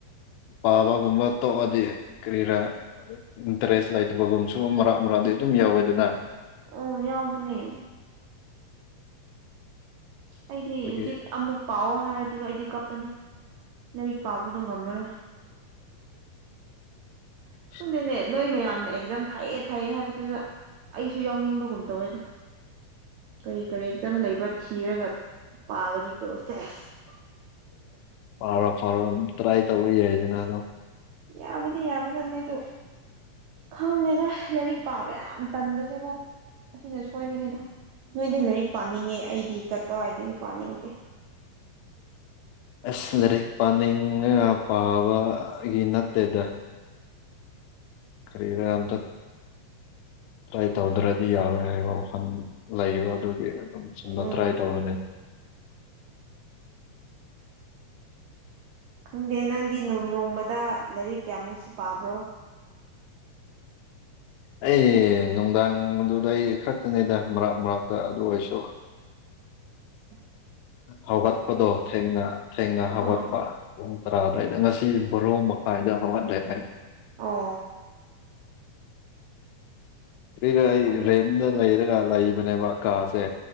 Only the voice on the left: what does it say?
ꯄꯥꯕꯒꯨꯝꯕ ꯇꯣꯛꯑꯗꯤ ꯀꯔꯤꯔꯥ ꯏꯟꯇꯔꯦꯁ ꯂꯩꯇꯕꯒꯨꯝꯕꯁꯨ ꯃꯔꯛ ꯃꯔꯛ ꯑꯗꯨꯝ ꯌꯥꯎꯋꯦ ꯑꯗꯨꯅ
ꯑꯗꯨꯒꯤ
<unintelligible>
ꯐꯔꯣ ꯐꯔꯣ ꯑꯗꯨꯝ ꯇ꯭ꯔꯥꯏ ꯇꯧꯕ ꯌꯥꯏꯗꯅ ꯑꯝ
ꯑꯁ ꯂꯥꯏꯔꯤꯛ ꯄꯥꯅꯤꯡꯉ ꯄꯥꯕꯒꯤ ꯅꯠꯇꯦꯗ ꯈꯔꯤꯗꯦ ꯑꯇ ꯇ꯭ꯔꯥꯏ ꯇꯧꯗ꯭ꯔꯗꯤ ꯌꯥꯔꯣꯏ ꯍꯥꯏꯕ ꯋꯥꯈꯜ ꯂꯩꯕ ꯑꯗꯨꯒꯤ ꯁꯨꯝꯃ ꯍꯥ
ꯍꯥꯏꯥꯏ ꯇ ꯍꯕꯅꯦꯦ
ꯑꯩ ꯅꯨꯡꯗꯥꯡ ꯑꯗꯨꯗ ꯑꯩ ꯈꯛꯇꯅꯤꯗ ꯃꯔꯛ ꯃꯔꯛꯇ ꯑꯗꯨ ꯑꯣꯏꯔꯁꯨ
ꯍꯧꯒꯠꯄꯗꯣ ꯊꯦꯡꯅ ꯊꯦꯡꯅ ꯍꯧꯒꯠꯄ
ꯄꯨꯡ ꯇꯔꯥ ꯑꯗꯋꯥꯏꯗ ꯉꯁꯤ ꯕꯣꯔꯣꯡ ꯃꯈꯥꯏꯗ ꯍꯧꯒꯠꯂꯦ ꯍꯥꯏ
ꯀ ꯑꯩ
ꯔꯦꯟꯗ ꯂꯩꯔꯒ ꯂꯩꯕꯅꯦꯕ ꯀꯥꯁꯦ